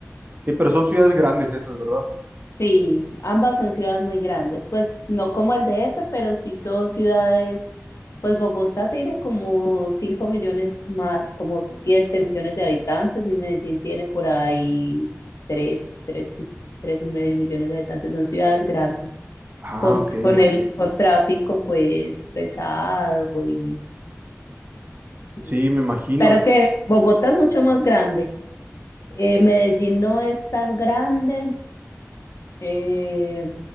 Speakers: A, on the right; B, on the left.
A: sí, pero son ciudades grandes esas, ¿verdad?
B: Sí, ambas son ciudades muy grandes, pues no como el DF, pero sí son ciudades, pues Bogotá tiene como 5 millones más, como 7 millones de habitantes y Medellín tiene por ahí 3, tres y tres y medio millones de habitantes, son ciudades grandes,
A: Ah,
B: con,
A: ok,
B: con
A: ok.
B: el con tráfico pues pesado y, y
A: Sí,
B: bueno.
A: me imagino.
B: Claro que Bogotá es mucho más grande, eh, Medellín no es tan grande, Eh,